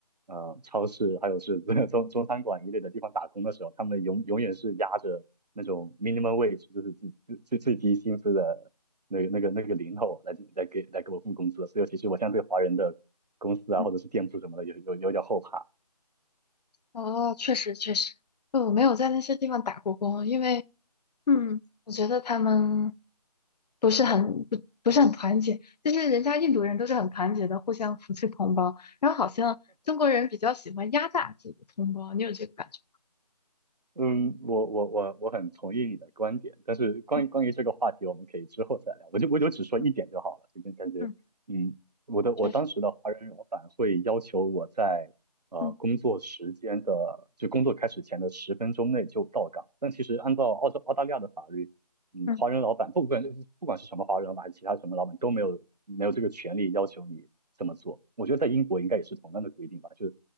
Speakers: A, on the right (about 70°); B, on the left (about 75°).
A: 呃超市，还有是这个中中餐馆一类的地方打工的时候，他们永永远是压着那种 minimum wage，就是最最最最低薪资的那个那个那个零头来给来给来给我付工资的所以其实我现在对华人的公司啊，
B: 嗯，
A: 或者是店铺什么的，有有有点后怕。
B: 哦，确实确实，呃我没有在那些地方打过工，因为嗯，我觉得他们不是很不不是很团结，就是人家印度人都是很团结的，互相扶持同胞，然后好像中国人比较喜欢压榨自己的同胞，你有这个感觉？
A: 嗯，我我我我很同意你的观点，但是关于关于这个话题，
B: 嗯
A: 我们可以之后再聊。我就我就只说一点就好了，
B: 嗯
A: 这个感觉，
B: 嗯，
A: 嗯，我的我当时的华人老板会要求我在呃工作时间的就工作开始前的十分钟内就到岗，
B: 确实，嗯
A: 但其实按照澳洲澳大利亚的法律，嗯，
B: 嗯
A: 华人老板不管不管是什么华人老板还是其他什么老板都没有没有这个权利要求你这么做。我觉得在英国应该也是同样的规定吧，就